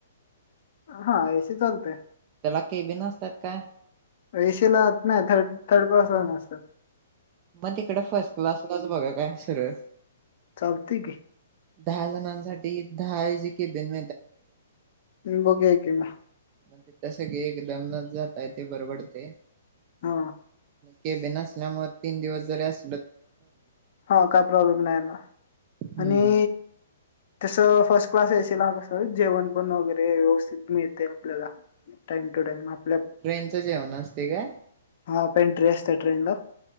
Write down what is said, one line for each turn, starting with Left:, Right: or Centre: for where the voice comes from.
Left: हा एसी चालते.
Right: त्याला केबीन असतात काय.
Left: पैशे लात नाही थर्ड थर्ड क्लास राअना अस.
Right: मग तिकड फर्स्ट क्लासलाच बघा काय सरळ.
Left: चालते य की.
Right: दहा जणांसाठी दहा एजी केबीन
Left: बघया की मग.
Right: मग तीत सगळे एकदम जाता येतयाबरबडते.
Left: हा
Right: केबीन नसल्यामुळे तीन दिवस जरी अस.
Left: हा काय प्रॉब्लेम नाही ना
Right: हम्म
Left: आणि. तस फर्स्ट क्लास ऐसीला ना कस जेवण पण वगैरे व्यवस्थित मिळते आपल्याला. टाइम टू टाइम हाप.
Right: ट्रेनचं जेवण असते काय.
Left: हा आता एंट्री आसत्या ट्रेन ला.